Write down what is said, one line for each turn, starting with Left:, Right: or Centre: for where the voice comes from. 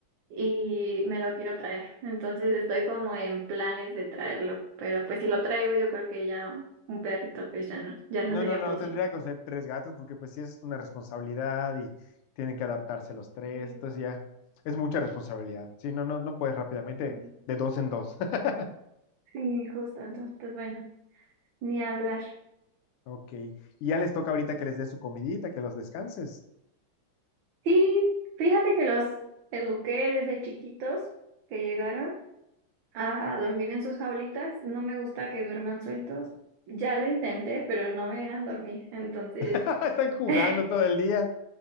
Right: y me lo quiero traer. Entonces estoy como en planes de traerlo, pero pues si lo traigo yo creo que ya un perrito pues ya no, ya no
Left: No,
Right: sería
Left: no, no,
Right: posible.
Left: tendría que ser tres gatos porque pues sí es una responsabilidad y tienen que adaptarse los tres,
Right: Sí,
Left: entonces ya es mucha responsabilidad. Sí, no, no, no puedes rápidamente
Right: sí,
Left: de dos en dos. <laughs>
Right: sí, justo, entonces pues bueno, ni hablar.
Left: Ok. Y ya les toca ahorita que les des su comidita, que los descanses.
Right: Sí, fíjate que los eduqué desde chiquitos que llegaron a dormir en sus jaulitas. No me gusta que duerman sueltos. Ya lo intenté, pero no me dejan dormir. Entonces,
Left: <laughs> Están jugando
Right: <laughs>
Left: todo el día.